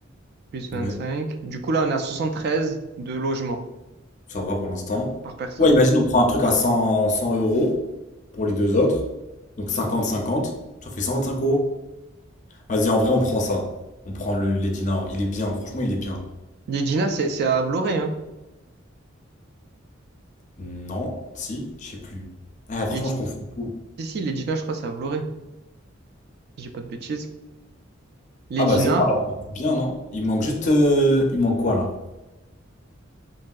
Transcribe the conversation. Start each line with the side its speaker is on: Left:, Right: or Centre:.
Right: plus vingt-cinq
Left: ouais,
Right: Du coup, là, on a treize de logements
Left: ça va pour l'instant.
Right: par personne.
Left: Ouais, imagine, on prend un truc à 100 100 euros pour les deux autres. Donc cinquante cinquante, ça fait 125 euros. Vas-y, en vrai, on prend ça. On prend le Lady Now. Il est bien, franchement, il est bien.
Right: L'Edina, c'est c'est à Vloré. Hein.
Left: Non, si, je sais plus. Ah, franchement,
Right: L'Edina-
Left: je confonds tout.
Right: si, si, l'Edina, je crois, c'est à Vloré, si j'ai pas de bêtises. L'Edina,
Left: Ah bah c'est bon alors, on est bien, non? Il manque juste... euh, Il manque quoi là?